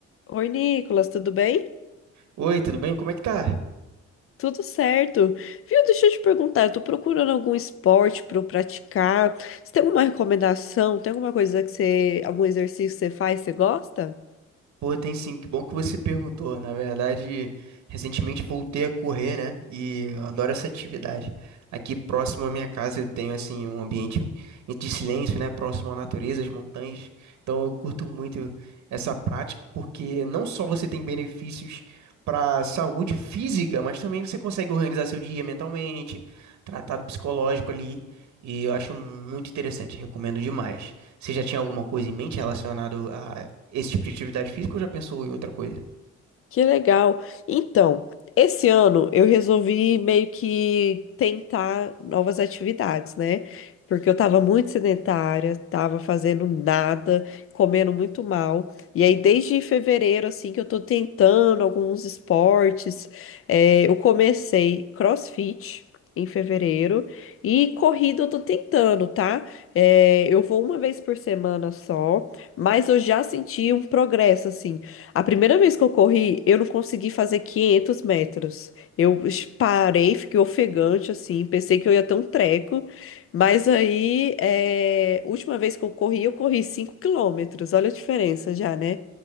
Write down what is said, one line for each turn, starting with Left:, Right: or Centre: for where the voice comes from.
Left: Oi, Nicolas, tudo bem?
Right: Oi, tudo bem? Como é que tá?
Left: Tudo certo. Viu, deixa eu te perguntar, eu tô procurando algum esporte para eu praticar. Você tem alguma recomendação? Tem alguma coisa que você, algum exercício que você faz, você gosta?
Right: Pô, tem sim, que bom que você perguntou. Na verdade, recentemente voltei a correr, né? E eu adoro essa atividade. Aqui próximo à minha casa eu tenho, assim, um ambiente de silêncio, né? Próximo à natureza, às montanhas. Então eu curto muito essa prática, porque não só você tem benefícios para saúde física, mas também você consegue organizar seu dia mentalmente, tratado psicológico ali. E eu acho muito interessante, recomendo demais. Você já tinha alguma coisa em mente relacionada esse tipo de atividade física ou já pensou em outra coisa?
Left: Que legal. Então, esse ano eu resolvi meio que tentar novas atividades, né? Porque eu tava muito sedentária, tava fazendo nada, comendo muito mal. E aí, desde fevereiro, assim, que eu tô tentando alguns esportes. É, eu comecei CrossFit. Em fevereiro e corrida eu tô tentando, tá? É, eu vou uma vez por semana só, mas eu já senti um progresso assim. A primeira vez que eu corri, eu não consegui fazer 500 metros. Eu es- parei, fiquei ofegante, assim, pensei que eu ia ter um treco. Mas aí, é, última vez que eu corri, eu corri 5 quilômetros. Olha a diferença já, né?